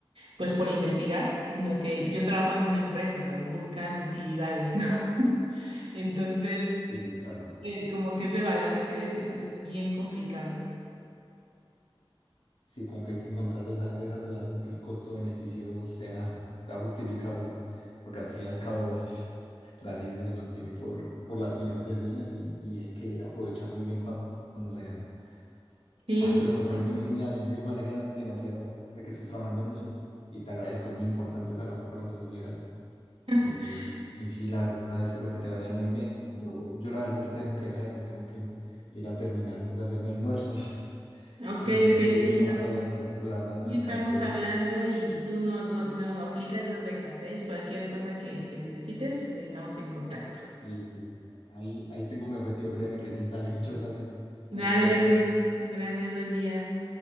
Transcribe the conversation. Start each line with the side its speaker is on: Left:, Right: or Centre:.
Right: pues por investigar, sino que yo trabajo en una empresa, o sea, buscan utilidades, ¿no? <laughs> Entonces,
Left: sí, sí, claro.
Right: eh, como que ese balance es, es- es bien complicado.
Left: Sí, como que hay que encontrar esa, esa relación que el costo-beneficio sea, sea justificable, porque al fin y al cabo la ciencia se mantiene por, por las financiaciones y, y hay que aprovechar muy bien cuando, sean.
Right: Sí,
Left: Ah, pero me
Right: sí.
Left: parece muy genial, en serio me alegra demasiado de que estés trabajando en eso y te agradezco, es muy importante esa labor para la sociedad
Right: <laughs>
Left: y, y sí, la verdad espero que te vaya muy bien. Yo, yo la verdad te tengo que dejar, tengo que ir a terminar de hacer mi almuerzo, <laughs>
Right: Ok,
Left: entonces
Right: ok, sí,
Left: estamos
Right: no.
Left: hablando, pero la verdad me
Right: Sí,
Left: encantó.
Right: Estamos hablando y, y tú no, no, no aplica esas becas, ¿eh? Y cualquier cosa que, que necesites, pues ahí estamos en contacto.
Left: Sí, sí, ahí, ahí tengo mi objetivo, créeme que sí, dale, muchas gracias.
Right: Dale,
Left: Dale, que te vaya bien.
Right: bueno, gracias, buen día.